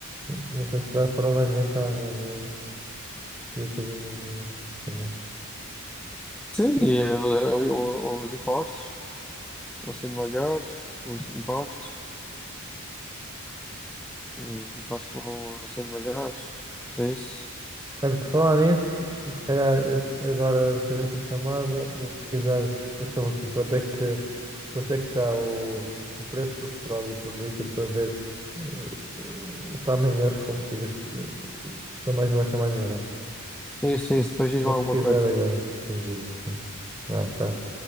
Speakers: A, on the right; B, in the centre.
A: nunca será a forma mais rentável de, de ter energia, se calhar.
B: Sim, e, eh, o- o- os impostos vão sendo maiores, os impostos, os impostos vão sendo maiores. Mas É isso.
A: Olha, por falar nisso, se calhar eu agora, depois desta chamada, vou pesquisar so- sobre com quanto é que, quanto é que está o, o preço do petróleo por litro para ver se, eh, eh, se amanhã os combustíveis tu- são mais baixos ou mais baratos.
B: É Isso, é isso. Depois diz-me
A: Vou
B: alguma
A: pesquisar
B: coisa.
A: agora, depois digo, sim. Ah, tchau.